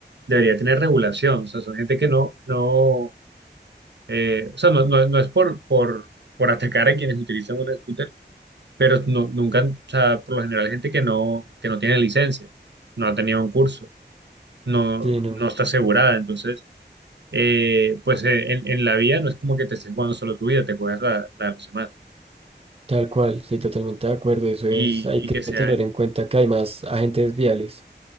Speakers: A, on the right; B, on the right.
A: debería tener regulación. O sea, son gente que no, no, eh, o sea, no, no, no es por, por, por atacar a quienes utilizan un scooter, pero no, nunca, o sea, por lo general gente que no, que no tiene licencia, no ha tenido un curso, no,
B: Sí, no,
A: no está asegurada. Entonces, eh, pues eh, en, en la vía no es como que te estés jugando solo tu vida, te juegas la, la de los demás.
B: tal cual, sí, totalmente de acuerdo. Eso
A: Y,
B: es, hay
A: y
B: que
A: que sean,
B: tener en cuenta que hay más agentes viales.